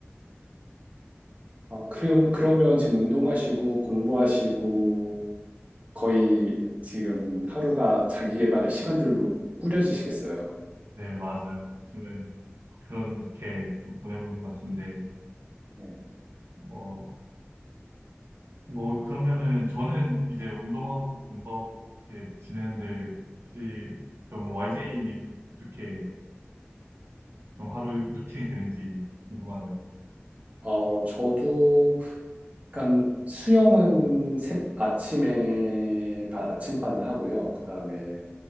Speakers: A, on the right; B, on the right.
A: 아, 그럼, 그러면 지금 운동하시고 공부하시고 거의 지금 하루가 자기 개발의 시간들로 꾸려지시겠어요.
B: 네 맞아요 요즘엔 그렇게 좀 보내고 있는 것 같은데
A: 예.
B: 뭐 뭐 그러면은 저는 이제 운동하고 공부하고 이렇게 지내는데 혹시 그럼 YJ님은 어떻게 좀 하루 루틴이 되는지 궁금하네요.
A: 어, 저도 약간 수영은 새, 아침에 바- 아침반을 하고요. 그다음에